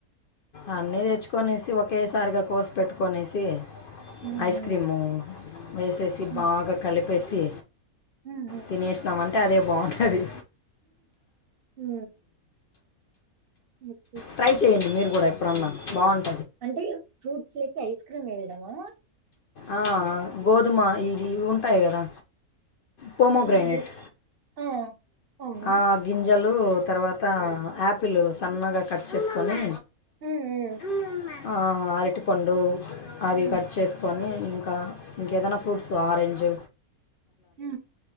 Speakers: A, on the left; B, on the right.
A: అన్నీ తెచ్చుకొనేసి ఒకేసారిగా కోసి పెట్టుకొనేసి
B: హ్మ్
A: ఐస్
B: హ్మ్.
A: క్రీము ఐసేసి
B: హ్మ్.
A: బాగా కలిపి పేసి
B: హ్మ్
A: తినేషినమంటే ట్టదే బాంటది
B: ఊ ఉ
A: ట్రై చెయండి మీరు గూడా ప్పడన్నా బాగు
B: అంటే ఫ్రూట్స్ చేకి ఐస్ క్రీమేడమా
A: ఆ గోధుమ ఇది ఉంటాయి గదా పోమో గ్రనేట్
B: ఏంటిది? ఆ! అవును.
A: ఆ గింజల్ లు తర్వాత యాపిల్ సన్నగా కట్ చేసుకొని
B: హ్మ్ హ్మ్.
A: అమ్మ ఆ అరటిపండు అవి
B: హ్మ్.
A: కట్ చేసుకొని ఇంకా ఇంకేదనా ఫ్రూట్సు ఆరంజ్
B: ఊ